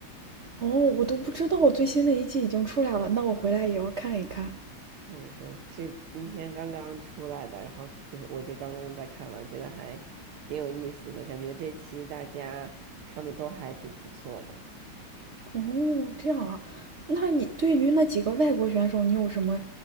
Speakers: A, on the right; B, on the right.
A: 哦，我都不知道最新的一季已经出来了，那我回来也要看一看。
B: 对对，这今天刚刚出来的，然后就是我就刚刚在看完，觉得还挺有意思的，感觉这期大家唱的都还挺不错的。
A: 哦，这样啊，那你对于那几个外国选手，你有什么，